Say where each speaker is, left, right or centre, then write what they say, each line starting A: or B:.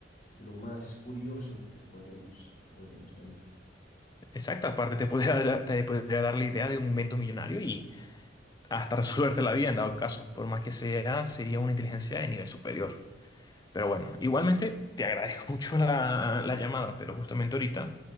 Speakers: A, on the left; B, on the left.
A: lo más curioso que podríamos, que podríamos tener.
B: Exacto, aparte te podría, dar- te podría dar la idea de un invento millonario y hasta resolverte la vida en dado caso. Por más que sea, sería una inteligencia de nivel superior. Pero bueno, igualmente te agradezco <laughs> mucho la, la llamada, pero justamente ahorita